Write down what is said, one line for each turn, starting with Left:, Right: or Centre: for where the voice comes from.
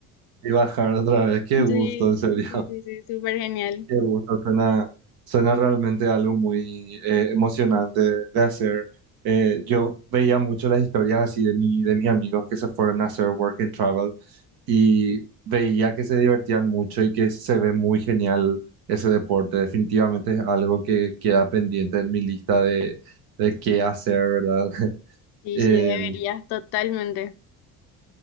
Right: y bajar otra vez, qué
Left: Sí,
Right: gusto, en serio.
Left: sí, sí, sí, súper genial.
Right: Qué gusto, suena, suena realmente algo muy eh, emocionante de hacer. Eh, yo veía mucho las historias así de mi, de mis amigos que se fueron a hacer work and travel y veía que se divertían mucho y que se ve muy genial ese deporte. Definitivamente es algo que queda pendiente en mi lista de, de qué hacer, ¿verdad? <laughs>
Left: Sí,
Right: Em,
Left: sí, deberías totalmente.